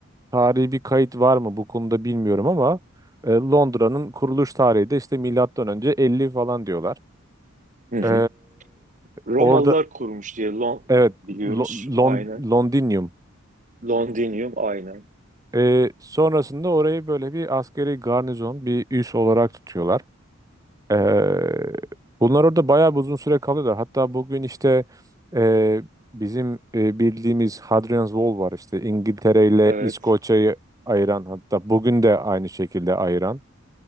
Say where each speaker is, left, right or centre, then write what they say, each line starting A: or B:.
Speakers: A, on the right (about 15°); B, on the right (about 35°).
A: tarihi bir kayıt var mı bu konuda bilmiyorum ama e, Londra'nın kuruluş tarihi de işte milattan önce 50 falan diyorlar.
B: hı hı.
A: E,
B: Romalılar
A: orada
B: kurmuş diye Lon
A: evet
B: biliyoruz.
A: Lo-
B: Aynen.
A: Lon- Londinium.
B: Londinium aynen.
A: E, sonrasında orayı böyle bir askeri garnizon, bir üs olarak tutuyorlar. Eee, bunlar orada bayağı bir uzun süre kalıyorlar. Hatta bugün işte eee, bizim eee, bildiğimiz Hadrian's Wall var işte İngiltere ile
B: Evet.
A: İskoçya'yı ayıran hatta bugün de aynı şekilde ayıran